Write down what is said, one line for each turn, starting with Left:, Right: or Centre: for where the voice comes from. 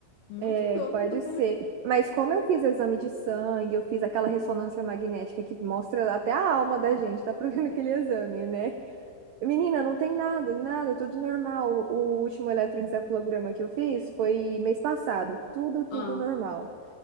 Left: Muito
Right: É,
Left: doido.
Right: pode ser. Mas como eu fiz exame de sangue, eu fiz aquela ressonância magnética que mostra até a alma da gente, tá provendo aquele exame, né? Menina, não tem nada, nada, tudo normal. O último eletroencefalograma que eu fiz foi mês passado. Tudo, tudo
Left: Ah,
Right: normal.